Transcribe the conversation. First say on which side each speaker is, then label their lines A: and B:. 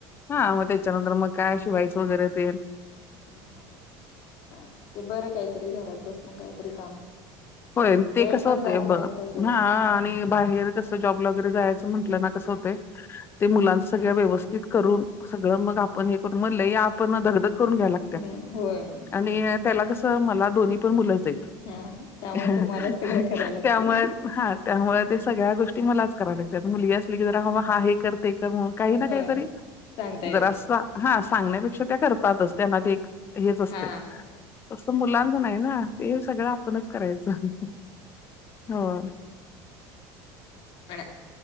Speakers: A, on the left (about 25°); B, on the left (about 50°).
A: हा मग त्याच्यानंतर मग काय शिवायचं वगैरे तेन
B: <inaudible> हा ते बरं काहीतरी घरात बसून काहीतरी काम
A: होय, ते
B: वेळ
A: कसं
B: पण
A: होतय
B: जात नाही
A: बघ
B: तसच
A: हा आणि बाहेर कसं जॉबला वगैरे जायचं म्हटलं ना कसं होतेय ते मुलांच सगळ व्यवस्थित करून सगळं मग आपण हे करून मगलय आपण धगधग करून घ्यायला लागतेय.
B: <unintelligible> होय
A: आणि त्याला कसं मला दोन्ही पण मुलंच आहेत.
B: हा त्यामुळे
A: <unintelligible>
B: तुम्हालाच सगळं करायला लागते
A: त्यामुळे हा त्यामुळे ते सगळ्या गोष्टी मलाच करावे लागतात मुलगी असली की जराबा हा हे कर ते कर म्हणून काही ना
B: होय
A: काहीतरी
B: सांगता येते
A: जरासा हा सांगण्यापेक्षा त्या करतातच त्याना ते एक हेच असतेय.
B: हा
A: तसं मुलांचं नाही ना ते सगळं आपणच करायचं हं हं होय,
B: मॅड